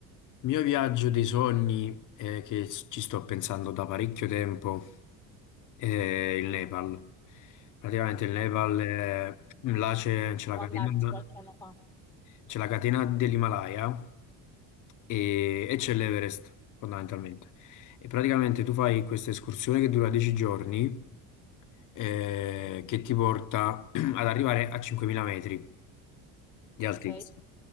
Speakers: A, on the left; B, in the centre.
A: mio viaggio dei sogni, eh, che s- ci sto pensando da parecchio tempo, è il Nepal. Praticamente il Nepal,
B: No,
A: eh, là c'è c'è
B: Devo
A: la catena,
B: andarci qualche anno fa.
A: c'è la catena dell'Himalaya e, e c'è l'Everest, fondamentalmente. E praticamente tu fai questa escursione che dura 10 giorni, eh, che ti porta <clears throat> ad arrivare a 5.000 metri. di
B: Ok,
A: altezza.